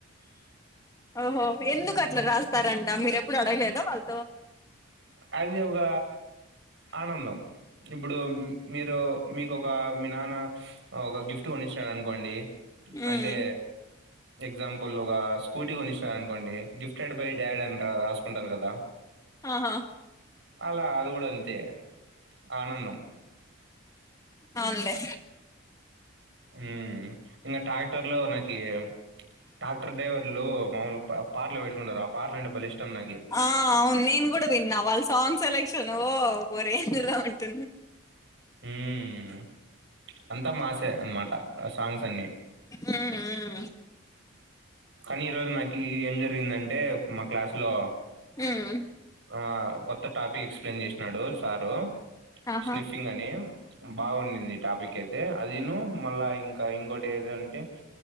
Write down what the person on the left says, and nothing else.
ఓహో ఎందుకు అట్లా రాస్తారంట మీరేప్పుడు అడగలేదా వాళ్
ఉమ్
ఆహా
అవ్న్ లే
అ అవును నేను కూడా విన్నా వాళ్ళ సాంగ్ సెలెక్షన్ ఓ ఓ రేంజ్లో ఉంటుంది
మ్మ్
మ్మ్
ఆహా